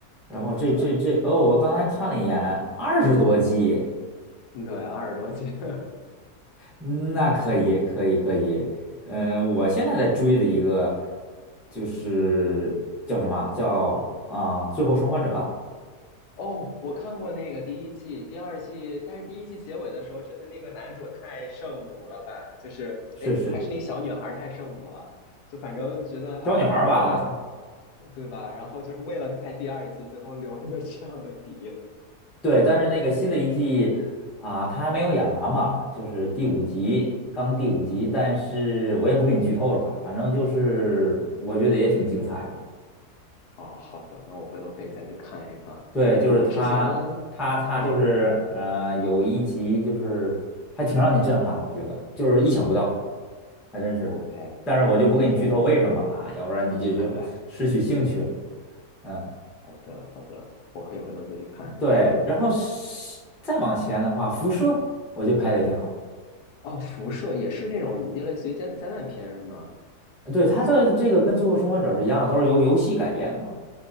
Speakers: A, in the centre; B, on the left (about 80°).
A: 然后这这这哦，
B: 对对对
A: 我刚才看了一眼，二十多季。
B: 对，二十多集。<laughs>
A: 嗯那可以，可以，可以。嗯、我现在在追的一个就是叫什么啊叫啊、最后生还者》
B: 哦，我看过那个第一季、第二季，但是第一季结尾的时候，真的那个男主太圣母了吧？就是，
A: 是是
B: 哎，还是那小女孩太圣母了，就反正觉得，哎呀，
A: 小女孩儿吧？
B: 为了，
A: 她
B: 对吧？然后就是为了拍第二季，最后留一个这样的底。
A: 对，但是那个新的一季啊、她还没有演完嘛，就是第五集，刚第五集。但是我也不给你剧透了吧，反正就是我觉得也挺精彩的。
B: 哦，好的，那我回头可以再去看一看。
A: 对，就是她，
B: 我之前，
A: 她，她就是呃，
B: 嗯
A: 有一集就是还挺让你震撼的，我觉得就是意想不到。还真是的。
B: ，OK，OK，
A: 但是我就不给你剧透为什么了啊，要不然你就就失去兴趣了。
B: <laughs>
A: 嗯，
B: 好的，好的，我可以回头再去看一看。
A: 对。然后是再往前的话，辐射我觉得拍的也挺好。
B: 哦，辐射也是那种类似于灾灾难片是吗？
A: 对，它的这个跟《最后生还者》是一样的，都是由游戏改编的嘛。